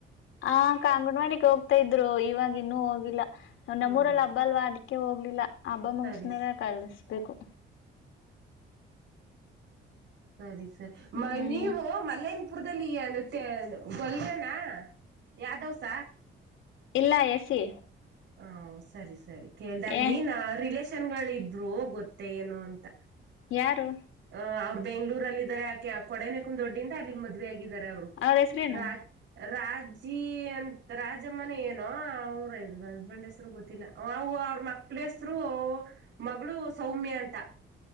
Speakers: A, on the left; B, on the right.
A: ಆ ಅಂಗನವಾಡಿಗೆ ಹೋಗ್ತಾ ಇದ್ರು ಇವಾಗ ಇನ್ನುೂ ಹೋಗಿಲ್ಲ
B: ಹ್ಮ್
A: ನಮ್ಮೂರಲ್ಲಿ ಹಬ್ಬ ಅಲ್ವಾ ಅದಕ್ಕೆ ಕ್ಕೆ ಹೋಗ್ಲಿಲ್ಲ ಅಬ್ಬ ಮುಗಸ್ಮ
B: ಸರಿ
A: ಕಲ್ಸ ದೇಕು
B: ಸರಿ ಸರಿ ಮ
A: ಹ್ಮ್
B: ನೀವು ಮಲಯನಪುರದಲ್ಲಿ ಹೇಳುತ್ತೆ ಹೇಳಿ ಗೊಲುರುನಾ ಯ ದಿವಸ
A: ಇಲ್ಲ ಎಸಿ
B: ಹ ಸರಿ ಸರಿ ಕೇಳ್ದ ಅಲ್ಲಿ
A: ಏ
B: ನಾ ರಿಲಷೇನ್ ತಿನ್ಗೊಳ್ವಿ ಇದ್ವು ಗೊತ್ತೆ ಏನೋ ಅಂತ
A: ಯಾರು
B: ಅ ಅವರು ಬೆಂಗಳೂರಲ್ಲಿ ಇದಾರೆ ಆ ಕೊಡನೆ ಕುಂದ ದೊಡ್ಡಿಂದ ಅಲ್ಲಿಗ್ ಮದ್ವೆ ಆಗಿ ಇದ್ದರೆ ಅವರು
A: ಅವ್ರ ಹೆಸ್ರೇನು
B: ರಾಜ್ ರಾಜಿ ಅಂತ ರಾಜಮ್ಮನ ಏನೋ ಅವ್ರ ಹಸ್ಬೆಂಡ್ ಹೆಸ್ರು ಗೊತ್ತಿಲ್ಲ ಅವವು ಅವ್ರ ಮಕ್ಳ ಹೆಸರು ಮಗಳು ಸೌಮ್ಯ ಅಂತ